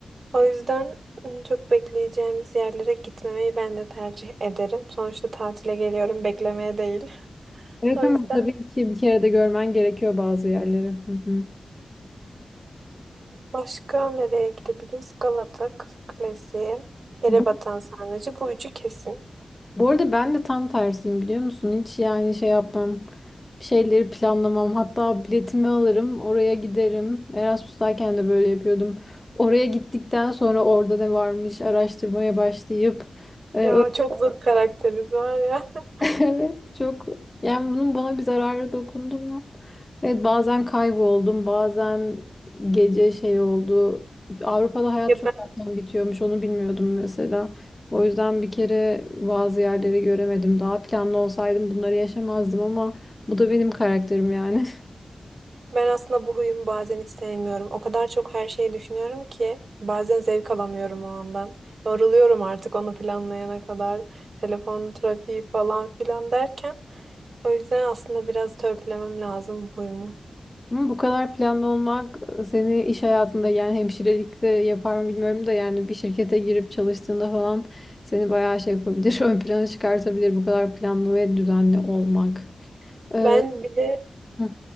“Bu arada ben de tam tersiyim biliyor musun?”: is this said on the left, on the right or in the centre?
Left